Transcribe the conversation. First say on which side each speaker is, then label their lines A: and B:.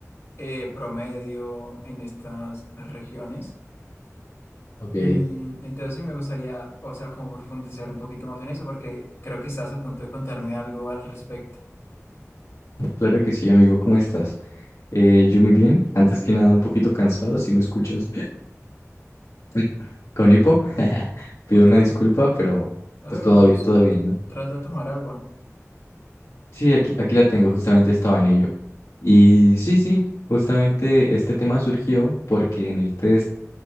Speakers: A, on the left (about 55°); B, on the left (about 75°).
A: eh, promedio en estas regiones.
B: Ok,
A: Mm, Entonces sí me gustaría, o sea, como profundizar un poquito más en eso, porque creo que estás a punto de contarme algo al respecto.
B: claro que sí, amigo, ¿cómo estás? Eh, yo muy bien, antes que nada un poquito cansado, si me escuchas <laughs> <clears throat> uy, con hipo, <laughs> pido
A: Ok,
B: una disculpa, pero
A: no
B: pues
A: te preocupes,
B: todo, bi- todo bien,
A: t-
B: ¿no?
A: trata de tomar agua.
B: Sí, aquí, aquí la tengo, justamente estaba en ello. Y sí, sí, justamente este tema surgió porque en el test